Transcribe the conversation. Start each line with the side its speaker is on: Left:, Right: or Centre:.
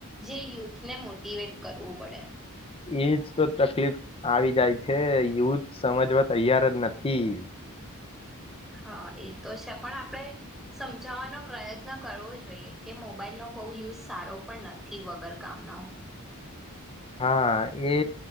Centre: જે યુથને મોટવેટ કરવું પડે.
Left: એજ તો તકલીફ આવી જાય છે યુથ સમજવા તૈયાર જ નથી.
Centre: હા એ તો છે પણ આપણે સમજાવાનો પ્રયત્ન કરવો જોઈએ કે મોબાઈલનો બહુ યુઝ સારો પણ નથી વગર કામનો.
Left: હા એ